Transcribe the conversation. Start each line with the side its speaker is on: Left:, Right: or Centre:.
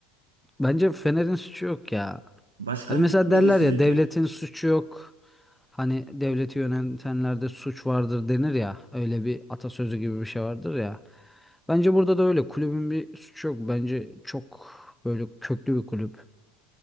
Centre: Bence Fener'in suçu yok ya.
Right: Başkan
Centre: Hani mesela
Right: gitmediği
Centre: derler
Right: sürece.
Centre: ya devletin suçu yok. Hani devleti yönetenlerde suç vardır denir ya. Öyle bir atasözü gibi bir şey vardır ya. Bence burada da öyle. Kulübün bir suçu yok. Bence çok böyle köklü bir kulüp.